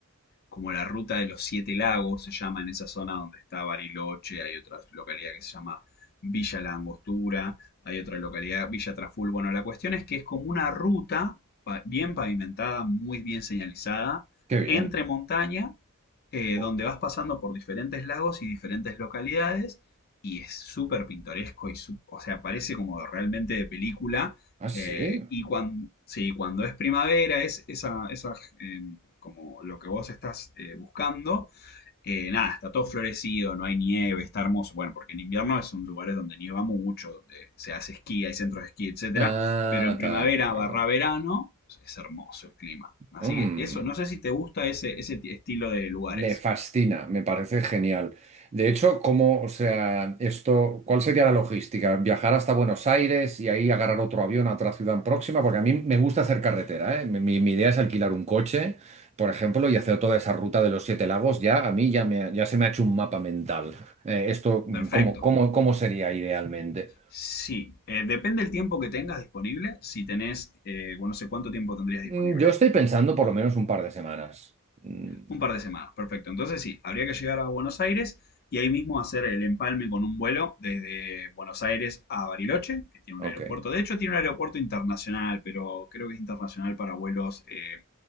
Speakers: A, on the left; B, on the right.
A: como la Ruta de los Siete Lagos, se llama en esa zona donde está Bariloche, hay otra localidad que se llama Villa La Angostura, hay otra localidad, Villa Traful. Bueno, la cuestión es que es como una ruta pa- bien pavimentada, muy bien señalizada,
B: qué bien.
A: entre montaña, eh,
B: Oh,
A: donde vas pasando por diferentes lagos y diferentes localidades, y es súper pintoresco, y su- o sea, parece como realmente de película.
B: Ah, sí.
A: eh, y cuando, sí, cuando es primavera, es esa, esa, eh, como lo que vos estás eh, buscando, eh, nada, está todo florecido, no hay nieve, está hermoso. Bueno, porque en invierno es un lugar donde nieva mucho, donde se hace esquí, hay centros de esquí, etcétera.
B: Ah,
A: Pero en primavera
B: ta- es verdad.
A: barra verano es hermoso el clima. Así
B: Mm.
A: que eso, no sé si te gusta ese, ese t- estilo de lugares.
B: Me fascina, me parece genial. De hecho, ¿cómo, o sea, esto, cuál sería la logística? ¿Viajar hasta Buenos Aires y ahí agarrar otro avión a otra ciudad próxima? Porque a mí me gusta hacer carretera, ¿eh? Mi, mi- mi idea es alquilar un coche, por ejemplo, y hacer toda esa ruta de los Siete Lagos. Ya, a mí ya, me, ha- ya se me ha hecho un mapa mental. Eh, esto,
A: Perfecto.
B: ¿cómo, cómo, cómo sería idealmente?
A: Sí, eh, depende del tiempo que tengas disponible. Si tenés, eh, bueno, no sé cuánto tiempo tendrías
B: Mm,
A: disponible.
B: Yo estoy pensando por lo menos un par de semanas. Mm,
A: Un par de semanas, perfecto. Entonces sí, habría que llegar a Buenos Aires y ahí mismo hacer el empalme con un vuelo desde Buenos Aires a Bariloche, que tiene
B: ok,
A: un aeropuerto. De hecho, tiene un aeropuerto internacional, pero creo que es internacional para vuelos eh,